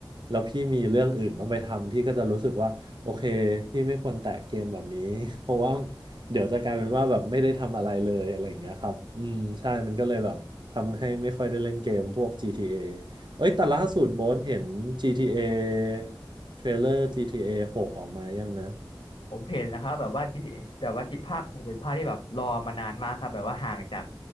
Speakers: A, on the right; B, on the left.
A: แล้วพี่มีเรื่องอื่นต้องไปทำพี่ก็จะรู้สึกว่าโอเคพี่ไม่ควรแตะเกมแบบนี้ <laughs> เพราะว่าเดี๋ยวจะกลายเป็นว่าแบบไม่ได้ทำอะไรเลยอะไรอย่างเงี้ยครับอืมใช่มันก็เลยแบบทำให้ไม่ค่อยได้เล่นเกมพวก GTA เอเอ้ยแต่ล่าสุดโบนเห็น GTA เอเทรลเลอร์ GTA 6อหกออกมายังนะ
B: ผมเห็นแล้วครับแบบว่าจิแบบว่าจิภาคคงเป็นภาคที่แบบรอมานานมากครับแบบว่าห่างจาก